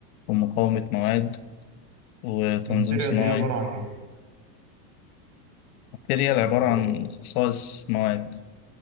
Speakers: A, on the left; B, on the right.
A: ومقاومة مواد وتنظيم
B: الماتيريال
A: صناعي
B: دي عباره عن ايه
A: البكتيريا عبارة
B: الماتيريال
A: عن خصائص مواد